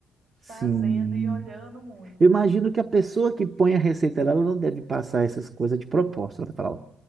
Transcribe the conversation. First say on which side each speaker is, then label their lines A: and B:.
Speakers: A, on the right; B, on the right.
A: fazendo
B: Sim.
A: e olhando muito.
B: Eu imagino que a pessoa que põe a receita lá, ela não deve passar essas coisas de propósito. Ela fala, ó,